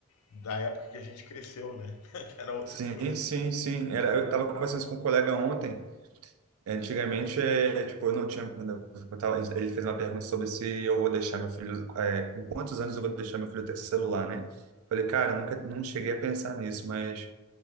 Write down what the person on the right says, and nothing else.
Sim,
sim, sim. Era, eu estava conversando isso com um colega ontem, Antigamente, é, tipo, eu não tinha. quando eu tava- ele fez uma pergunta sobre se eu vou deixar meu filho. É, com quantos anos eu vou deixar meu filho ter celular, né? Falei, cara, eu nunca não cheguei a pensar nisso, mas